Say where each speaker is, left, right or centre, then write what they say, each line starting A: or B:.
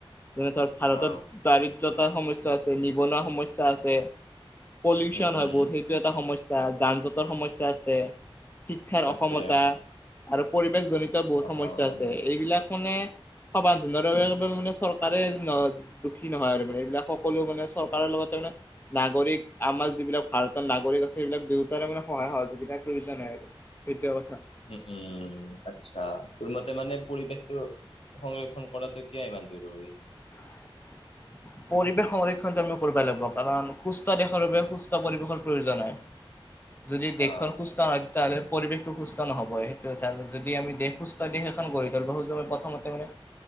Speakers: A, on the left; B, on the left.
A: যেনে ধৰ ভাৰতত
B: অ
A: দাৰিদ্ৰয়তাৰ সমস্যা আছে, নিবনুৱা সমস্যা আছে। পলিউচন
B: উম
A: হয়,
B: উম
A: বহুত সেইটো এটা সমস্যা যান জটৰ সমস্যা আছে। শিক্ষাৰ অসমতা
B: আছে
A: আৰু পৰিৱেশ জনিত বহুত
B: অ
A: সমস্যা
B: অ
A: আছে, এইবিলাক মানে সবাধনৰ বাবে মানে চৰকাৰে দুখী নহয় আৰু মানে এইবিলাক সকলো মানে চৰকাৰৰ লগতে নাগৰিক আমাৰ যিবিলাক ভাৰতৰ নাগৰিক আছে সেইবিলাক দুইটাৰে মানে সহায় সহযোগিতাৰ প্ৰয়োজন হয় আৰু সেইটো কথা।
B: উম, উম, আচ্ছা। তোৰ মতে মানে পৰিৱেশটো সংৰক্ষণ কৰাটো কিয় ইমান জৰুৰী।
A: <inaudible> পৰিৱেশ সংৰক্ষণটো আমি কৰিব লাগব কাৰণ সুস্থ দেশৰ বাবে সুস্থ পৰিৱেশৰ প্ৰয়োজন হয়। যদি
B: অ',
A: দেশখন সু্স্থ হয়। তাৰে পৰিৱেশটো সুস্থ নহ'ব সেইটো এটা যদি আমি দেশ সুস্থ দেশ এখন গঢ়ি তুলিব সোজো, প্ৰথমতে মানে